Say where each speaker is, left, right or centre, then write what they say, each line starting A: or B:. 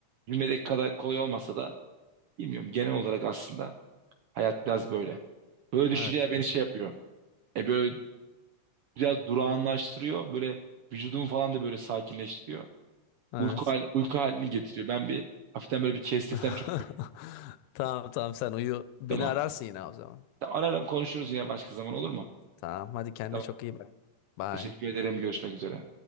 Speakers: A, on the right; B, on the left.
A: cümledeki kadar kolay olmasa da bilmiyorum genel olarak aslında hayat biraz böyle. Böyle düşünceler
B: Evet,
A: beni
B: kesin.
A: şey yapıyor. E böyle biraz durağanlaştırıyor. Böyle vücudumu falan da böyle sakinleştiriyor.
B: Evet.
A: uyku hal, uyku halini getiriyor. Ben bir hafiften böyle bir kestesem
B: <laughs>
A: çok iyi.
B: Tamam tamam sen uyu. Beni
A: Tamam.
B: ararsın yine o zaman.
A: Tamam, Ararım konuşuruz yine başka zaman olur mu?
B: Tamam hadi kendine
A: Tamam.
B: çok iyi bak. Bye.
A: Teşekkür ederim. Görüşmek üzere.